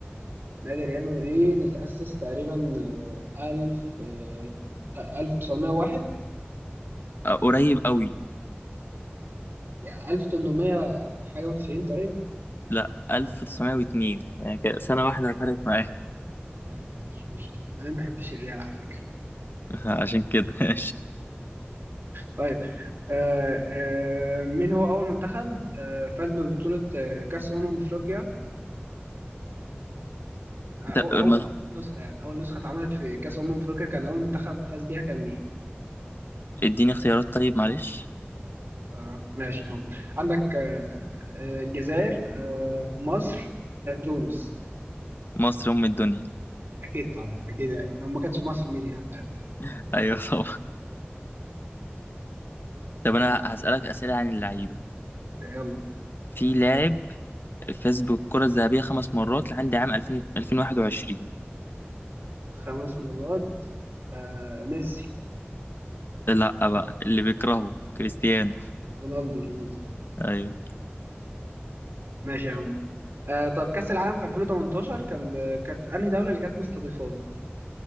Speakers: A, on the right; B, on the left.
A: نادي ريال مدريد اتأسس تقريبا آه، ألف آه، ألف تسعمية واحد
B: آه، قريب قوي
A: يعني ألف تمنمية حاجة وتسعين طيب؟
B: لا 1902 يعني كده سنة واحدة فرقت معايا
A: يعني ما عنديش مشكلة أنا ما بحبش الريال على فكرة
B: <laughs> عشان كده ماشي
A: طيب آه آه مين هو أول منتخب آه فاز ببطولة آه كأس أمم أفريقيا أو
B: طب
A: أول
B: ما-
A: نسخة يعني أول نسخة اتعملت في كأس أمم أفريقيا كان أول منتخب فاز بيها كان مين؟
B: اديني اختيارات طيب معلش
A: آه ماشي يا عم عندك آه آه، الجزائر آه مصر آه تونس
B: مصر أم الدنيا
A: أكيد طبعا أكيد يعني لو ما كانتش مصر مين يعني اللي هياخدها؟
B: <laughs> أيوة طبعا طب أنا هسألك أسئلة عن اللعيبة
A: يلا
B: في لاعب فاز بالكرة الذهبية خمس مرات لحد عام 2000 2021
A: خمس مرات آه ميسي
B: لا بقى اللي بيكرهه كريستيانو
A: رونالدو رونالدو
B: أيوة
A: ماشي يا عم آه طب كأس العالم في 2018 كان كانت انهي دولة اللي كانت مستضيفاه؟